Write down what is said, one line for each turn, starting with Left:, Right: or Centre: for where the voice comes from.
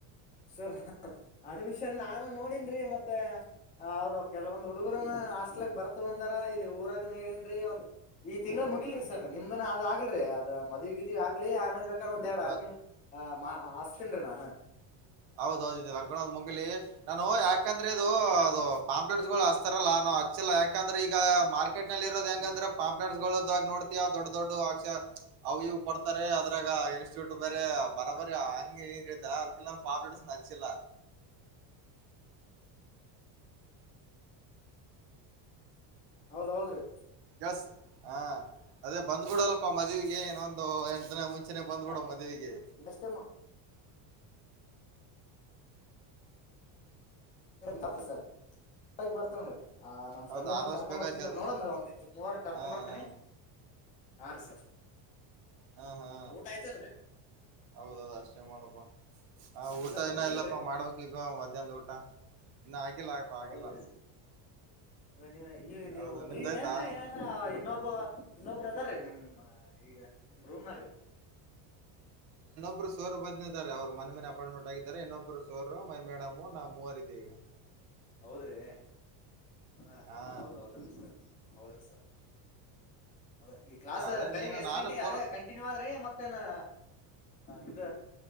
Left: ಸರ್ ಅಡ್ಮಿಷನ್ ನಾನು ನೋಡನ್ ಮತ್ತೆ ಅವ್ರು ಕೆಲವೊ ಹುಡುಗರುನ ಹಾಸ್ಟೆಲಗ್ ಬರ್ತ ಅಂದಾರ ಇಲ್ಲಿ ಊರಾಗ ನೀನ್ ಒಂದ್ ಈ ತಿಂಗ್ಳ ಮುಗಿಲ್ರಿ ಸರ್ ನಿಮ್ದನ ಅದ ಆಗ್ಲ್ರಿ ಅದ ಮದ್ಗ ಇದಿದಿವಿ ಆಗ್ಲಿ ಆಮೇಲೆ ಬೇಕ ಅಕ್ಕ ಒಂದ ಎರಡು
Right: ಹ
Left: ಅಮ ಆ ಮಾ ಆಸ್ತಿನ್ ನಾನು
Right: ಹೌದೌದು ಇ ಲಗ್ಗಣದ್ ಮುಗಲಿ ನಾನು ಯಾಕಂದ್ರೆ ಇದು ಅದು ಪಾಂಪ್ಲೆಟ್ಸ್ ಗಳು ಹಸ್ತಾರಲ್ಲ ಹಚ್ಚಿಲ್ಲಾಕಂದ್ರೆ ಈಗ ಮಾರ್ಕೆಟ್ ನಲ್ಲಿ ಇರೋದು ಹೆಂಗಂದ್ರೆ
Left: ಹ್ಮ್
Right: ಪಾಂಪ್ಟ್ಸ್ಗಳು ನೋಡ್ತಯಾ ದೊಡ್ಡ ದೊಡ್ಡ ಅಕ್ಷ ಅವು ಇ್ ಕೊಡ್ತಾರೆ ಅದ್ರಾಗ ಇನ್ಸ್ಟಿಟ್ಯೂಟ್ ಬೇರೆ ಬರ ಬರಿ ಹಂಗ ಅದಕ್ಕೆಲ್ಲ ಪಾಪಸ ನಚ್ಚಿಲ್ಲ
Left: ಹೌದೌದ್ರಿ
Right: ಕೆಲ್ಸ ಹಾ ಅದೇ ಬಂದ್ಬಿಡಲ್ಲಪ ಮಜ್ ಮದ್ವಿಗೆ ಇನೊಂದು ಎಂಟ ದಿನ ಮುಂಚನೆೇ ಬಂದ್ಬಿಡು
Left: ಇಲ್ಲ
Right: ಮದ್ವಿಗೆ
Left: ಇಲ್ಲಷ್ಟೇ ಬರ್ ಸರ್ ಬರ್ತಾನ್ರೀ <unintelligible> ಆ ನಮ್ ಫ್ರಂಡ್ಏನ್
Right: ಹೌದು ಆದಷ್ಟು
Left: ಕರ್ಕೊ್
Right: ಬೇಗ
Left: ಬರ್ತನ್
Right: ಜಲ್
Left: ನೋಡನ್ ಒಂದ್ ಇ ಮೂವರ್ ಕರ್ಕೊಂಡ್
Right: ಹಾ
Left: ಬರ್ತೀನಿ
Right: ಹಾ
Left: ಹ ರೀ ಸರ್
Right: ಹಾ ಹಾ
Left: ಓಟ ಆಯ್ತಲ್ರಿ
Right: ಹೌದೌದು ಅಷ್ಟೇ ಮಾಡಪ್ಪಾ ಹ ಊಟ
Left: ಇಲ್ಲ
Right: ಏನ
Left: ಆಗಿಲ್ರಿ
Right: ಎಲ್ಲಪ್ಪ ಮಾಡ್ಬೇಕ ಈಗ ಮಧ್ಯಾಹ್ನ ಊಟ ಇನ್ನು ಆಗಿಲ್ಲ ಆಗಪ್ಪಾ ಆಗಿಲ್ಲ
Left: ಹೌದ್ರಿ ನೀವ ಈ ನೀವು
Right: ಹೌದು
Left: ಒಬ್ಬ್ರ
Right: ನಿಮ್ದ
Left: ನ್
Right: ಆಯ್ತಾ
Left: ಹೇಳಲ್ರರಿ ಯಾರ ಇನ್ನೊಬ್ಬ ಇನ್ನೊಬ್ಬರು ಅದರೀ ನಿಮ್ಮ ಈಗ ನಿಮ ರೂಮ್ನಾಗ
Right: ಒಬ್ರು ಸೋರ್ ಬದ್ನಾರೆ ಅವರು ಮನೆ ಮನೆ ಅಪಾಯಂಟ್ಮೆಂಟ್ ಆಗಿದ್ದಾರೆ ಇನ್ನೊಬ್ರು ಸೋರು ಮೈ ಮೇಡ್ ನ ಮೂವರ್ ಇದೆ ಈಗ
Left: ಹೌದ್ರಿ ಹ
Right: ಹಾ
Left: ಹೌದ್ದ್ರೀ ಸರ್ ಹೌದ್ರಿ ಸರ್ ಅದ ಈ ಕ್ಲಾಸ್
Right: ಅದೇ
Left: ಬೆಳಗ್
Right: ನೀನು
Left: ಎಷ್ಟ್
Right: ನಾನು
Left: ಗಂಟೆ
Right: ಫೋನ್
Left: ಅದೇ ಕಂಟಿನ್ಯೂ ಆದ್ರಿ ಮತ್ತೆ ಮತ್ತನಾ ಇದ